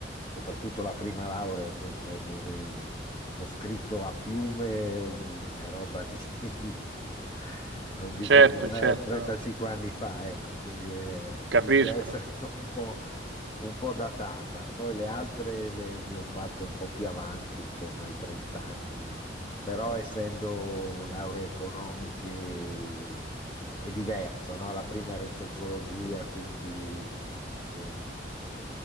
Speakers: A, on the left; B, on the right.
A: soprattutto la prima laurea, questa è dove ho scritto a fiume, mm, è roba di, <laughs> non dico
B: certo, certo,
A: eh, 35 anni fa, ecco, quindi eh, inizia
B: capisco.
A: a essere <laughs> un po', un po' datata. Poi le altre le, le ho fatte un po' più avanti, intorno ai 30 anni, però essendo lauree economiche eh, è diverso, no? La prima era in sociologia, quindi um,